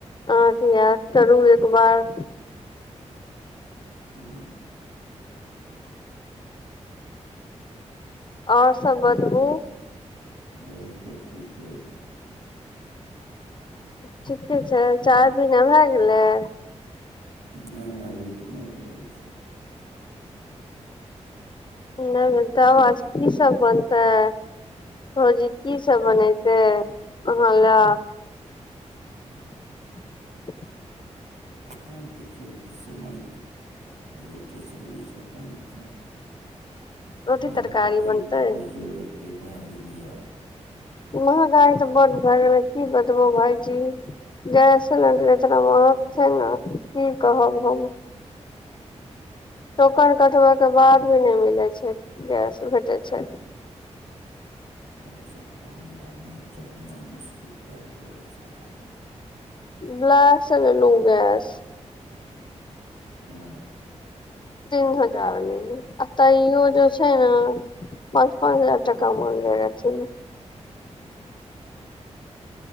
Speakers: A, on the left (about 40°); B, on the right (about 80°).
A: अहाँके याद करू एकबार
B: ह्म्म <unintelligible>
A: ओर सभ बतबू
B: आओर सब ठीके छै
A: ठीके छैक चाय पीना भय गेलय
B: नहि अभी तऽ नहि भेल छैक
A: नहि तब आज की सब बनतय भौजी की सब बनेतै अहाँ ला
B: ह <unintelligible>
A: <inaudible>
B: ह देखियौ कि सब बनतय रोटी सब्जी सब बनतय
A: रोटी
B: मँहगाई
A: तरकारी बनतै
B: तऽ बुझियौ एतेक भए गेलियै
A: महँगाइ तऽ बड्ड भए गेलै की बतबहु भायजी गैस सिलेण्डर इतना महग छै ने की कहब हम टोकन कटबयके बाद भी नहि मिलै छै गैस भेटैय छै
B: अच्छा पानि आदमीके चलेनाइ मुश्किल भए गेले ह साधारण आदमी
A: ब्ला स लेलू गैस
B: ओ
A: तीन हजार मे आ तइयो जे छै ने पाँच पाँच हजार टका मांगइ रहथिन